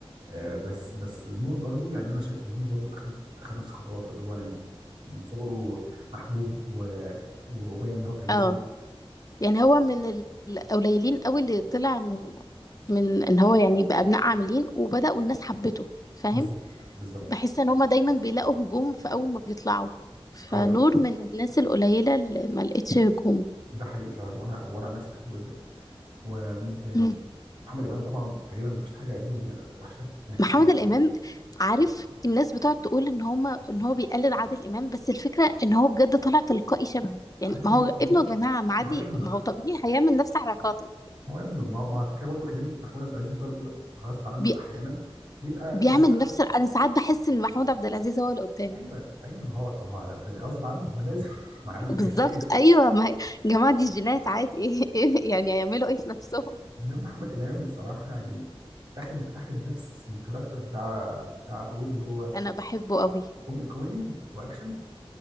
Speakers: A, on the right (about 55°); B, on the left (about 35°).
A: آه بس بس النور برضو يعني انا شايف النور برضو اخد اخد نفس خطواته اللي هو يعني من صغره محبوب و... و- وباين ان هو كاريزما
B: اه يعني هو من ال- القليلين قوي اللي طلع من من ان هو يعني بقى ابناء عاملين وبدأوا الناس حبته فاهم
A: بالظبط بالظبط
B: بحس ان هما دايما بيلاقوا هجوم في اول ما بيطلعوا فنور
A: ايوه
B: من الناس القليلة اللي ما لقتش هجوم
A: ده حقيقي فعلا وانا وانا عن نفسي بحبه جدا ومين تاني
B: مم.
A: محمد امام طبعا تقريبا ما فيش حاجه دي وحشه <laughs> يعني
B: محمد
A: محمد امام
B: الامام عارف الناس بتقعد تقول ان هما ان هو بيقلد عادل امام بس الفكرة ان هو بجد طلع تلقائي شبهه يعني
A: ايوه ما
B: ما هو
A: هو ما
B: ابنه
A: هو
B: يا جماعة ما عادي
A: ما هو ابنه
B: ما هو طبيعي هيعمل نفس حركاته
A: هو ابنه ما هو ما هو على فكره برضه كريم محمود عبد العزيز برضه غصب عنه
B: بي...
A: احيانا بيبقى
B: بيعمل
A: بيبقى
B: نفس انا ساعات بحس ان محمود عبد العزيز هو اللي قدامي
A: ايوه ايوه ما هو هو غصب عنه هو لازم <laughs> ما هيعمل
B: بالظبط
A: ايه في ايده
B: ايوه ما هي يا جماعه دي جينات عادي <laughs> ايه ايه يعني هيعملوا ايه في نفسهم
A: انما محمد امام الصراحه يعني اخد اخد نفس الكاركتر بتاع بتاع ابوه اللي هو
B: انا بحبه قوي
A: كوم كوميدي واكشن